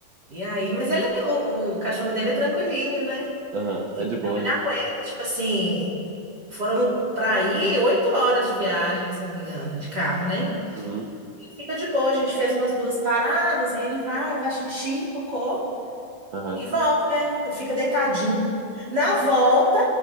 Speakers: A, on the right; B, on the right.
A: E aí, mas ele, o, o cachorro dele é tranquilinho, né?
B: Aham. É de boa,
A: Então ele
B: né?
A: aguenta, tipo assim, foram para aí oito horas de viagem, se eu não me engano, de carro, né?
B: Uhum.
A: Ele fica de boa, a gente fez umas duas paradas, aí ele vai, faz xixi, cocô.
B: Aham.
A: E volta, né? Fica deitadinho. Na volta,